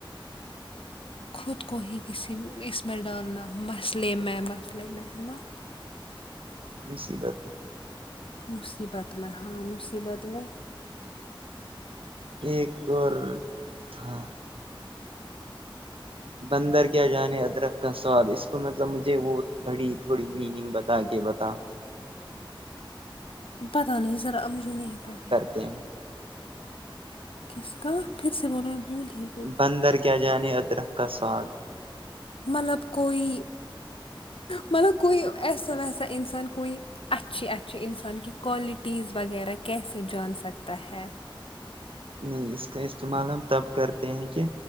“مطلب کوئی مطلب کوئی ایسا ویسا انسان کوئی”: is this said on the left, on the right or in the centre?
Left